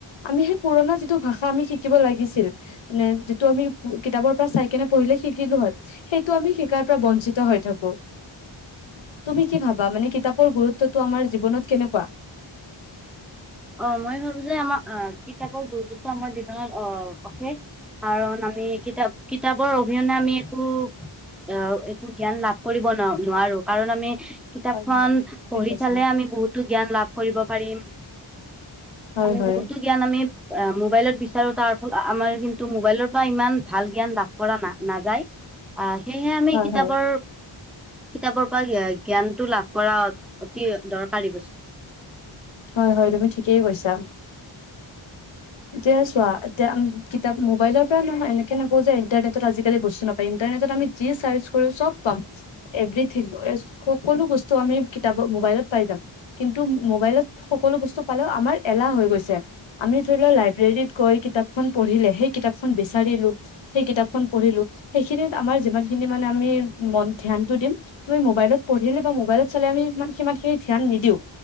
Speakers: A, on the left; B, in the centre.
A: আমি সেই পুৰণা যিটো ভাষা আমি শিকিব লাগিছিল। মানে যিটো আমি কিতাপৰ পৰা চাই কেনে পঢ়িলে শিকিলো হত। সেইটো আমি শিকাৰ পৰা বঞ্চিত হৈ থাকো তুমি কি ভাবা মানে কিতাপ ৰ গুৰুত্বটো আমাৰ জীৱনত কেনেকুৱা?
B: অ মই ভাবো যে আমাৰ আহ কিতাপৰ গুৰুতুটো আমাৰ জীৱনত আহ অশেষ। কাৰণ আমি কিতাপ কিতাপৰ অবিহনে আমি একো- আহ একো জ্ঞান লাভ কৰিব ন নোৱাৰো কাৰণ আমি- কিতাপখনন
A: হয় হয় তুমি
B: পঢ়ি
A: ঠিকে কৈছা
B: চালে আমি বহুতো জ্ঞান লাভ কৰিব পাৰিম।
A: হয়
B: আমি
A: হয়
B: বহুতো জ্ঞান আমি মোবাইলত বিচাৰো তাৰ ফলত আমাৰ কিন্তু মোবাইলৰ পৰা ইমান ভাল জ্ঞান লাভ- কৰা না নাযায় আহ সেয়েহে আমি
A: হয়
B: কিতাপৰ
A: হয়
B: কিতাপৰ পৰা জ্ঞানটো লাভ কৰা অতি দৰকাৰী বস্তু।
A: হয়ঁ হয়ঁ তুমি ঠিকেই কৈছা। এিয়য়া চোৱা এয়া কিতাপ মোবাইলৰ পৰা নহয় এনেকে নাপওঁ যে ইণ্টাৰনেটত আজিকালি বস্তু নাপায় ইণ্টাৰনেটত আমি- যি চাৰজ কৰিব চব পাম। এভৰিথিং ওৱেল সকলো বস্তু আমি কিতাপত মোবাইলত পাই যাম। কিন্তু মোবাইলত সকলো বস্তু পালেও আমাৰ এলাহ হৈ গৈছে আমি- ধৰিল লাইব্ৰেৰীত গৈ কিতাপখন পঢ়িলে সেই কিতাপখন বিচাৰিলোঁ। সেই কিতাপখন পঢ়িলো সেইখিনিত আমাৰ যিমানখিনি মানে আমি মন ধ্যানটো দিম। আমি মোবাইলত পঢ়িলে বা মোবাইলত চালে আমি ই সিমান খিনি ধ্যান নিদিওঁ।